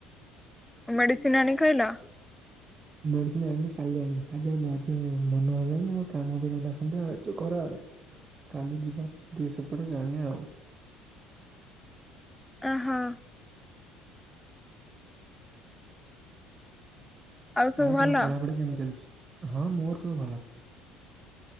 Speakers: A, in the centre; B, on the right.
A: ମେଡିସିନ୍ ଆଣି ଖାଇଲ?
B: ମେଡିସିନି ଆଣିନି କାଲି ଆଣିବି ଆଜି ଆଉ ମା <unintelligible> ମନ ହେଲାନି ଭଲ ଆଉ କାମ ବି ରହିଲା ସନ୍ଧ୍ୟାବେଳେ ଯୋ ଖରାବେଳେ କାଲି ଯିବାର ଅଛି ଟିକେ ସେପଟେ ଆଣିବା ଆଉ।
A: ଅ ହୋ। ସବୁ
B: ଆଉ
A: ଭଲ?
B: ତମ ପଢାପଢି କେମିତି ଚାଲିଛି? ହଁ ମୋର ସବୁ ଭଲ।